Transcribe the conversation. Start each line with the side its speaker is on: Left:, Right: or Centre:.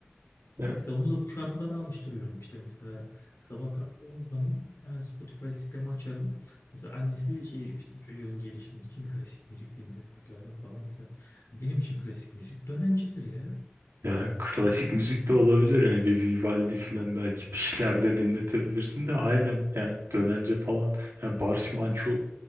Right: Ya,
Left: Neyse onu da bu şarkılara alıştırıyorum işte mesela. Sabah kalktığımız zaman hemen Spotify listemi açarım. Mesela annesi şey işte çocuğun gelişimi için klasik müzik dinletmek lazım falan filan. Benim için klasik müzik dönencedir ya.
Right: ya klasik müzik de olabilir yani bir Vivaldi falan belki bir şeyler de dinletebilirsin de aynen yani dönence falan. Yani Barış Manço